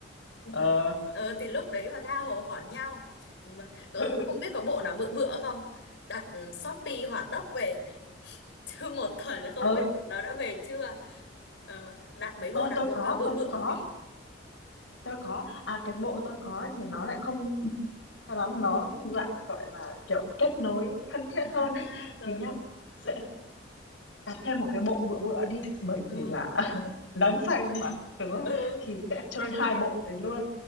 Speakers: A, on the left; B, on the left.
A: <laughs>
B: ờ
A: ờ, thì lúc đấy mà tha hồ hỏi nhau Mà, ờ,
B: <laughs>
A: không biết có bộ nào bự bựa không đặt ừ, Shopee hỏa tốc về <laughs> chứ một tuần không
B: ờ
A: biết nó đã về chưa ờ, đặt mấy bộ
B: tôi
A: nào
B: tôi
A: bộ
B: có
A: à, bự
B: tôi
A: bựa một
B: có
A: tí
B: Tôi có, à, cái bộ tôi có thì nó lại không cho lắm, nó dạng, gọi là, kiểu, kết nối thân
A: <laughs>
B: thiết
A: à, à,
B: hơn ấy.
A: rồi
B: Thì nhá,
A: rồi <laughs>
B: sẽ đặt thêm một cái bộ bựa bựa đi, bởi
A: ừ
B: vì là <laughs> đáng say mà, đúng không?
A: ừ
B: Thì sẽ chơi
A: đang
B: 2
A: say
B: bộ đấy luôn